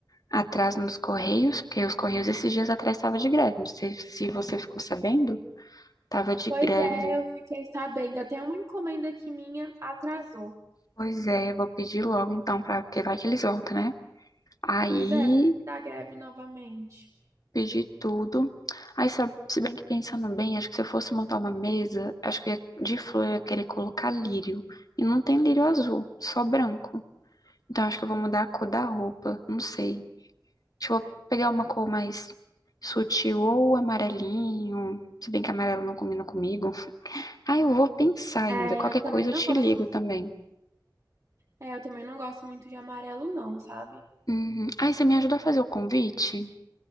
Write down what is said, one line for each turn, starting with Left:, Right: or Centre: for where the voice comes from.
Left: atraso nos correios, porque os correios esses dias atrás estava de greve. Não sei se você ficou sabendo, tava de
Right: Pois
Left: greve.
Right: é, eu fiquei sabendo. Até uma encomenda que minha atrasou.
Left: Pois é, eu vou pedir logo então para porque vai que eles voltam, né? Aí
Right: Pois é, da greve novamente.
Left: pedi tudo. Aí sabe, se bem que pensando bem, acho que se eu fosse montar uma mesa, acho que eu ia, de flor eu ia querer colocar lírio e não tem lírio azul, só branco. Então acho que eu vou mudar a cor da roupa, não sei. Deixa eu vou pegar uma cor mais sutil ou amarelinho. Se bem que amarelo não combina comigo. Ah, eu vou pensar ainda.
Right: É,
Left: Qualquer
Right: eu também
Left: coisa eu
Right: não
Left: te
Right: gosto
Left: ligo também.
Right: É, eu também não gosto muito de amarelo, não, sabe?
Left: Uhum. Ah, e você me ajuda a fazer o convite?